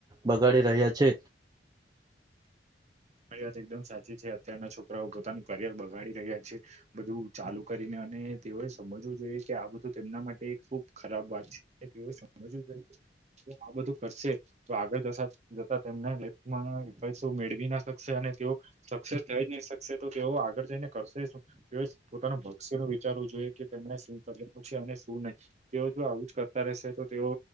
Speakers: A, on the right; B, on the right.
A: બગાડી રહ્યા છે
B: તારી વાત એકદમ સાચી છે અત્યના છોકરાઓ પોતાનું કરિયર બગાડી રહ્યા છે બધું ચાલુ કરીને અને તેઓએ સમજવું જોઈએ કે આ બધું તેમના માટે ખુબ ખરાબ વાત છે તેઓ સમજવું જો આ બધું કરશે તો આગળ જતા જતા તેમને લાઈફ <unintelligible> માં મેળવી ના શકશે અને તેઓ સક્સેસ થઈ જ નહી શકશે તો તેઓ આગળ જઈને કરશે શુ તેઓ પોતાના ભક્ષ્ય ન વિચારવું જોઈએ કે તેમને શું <unintelligible> છે અને શું નહીં તેઓ જો આવું જ કરતા રહેશે તો તેઓ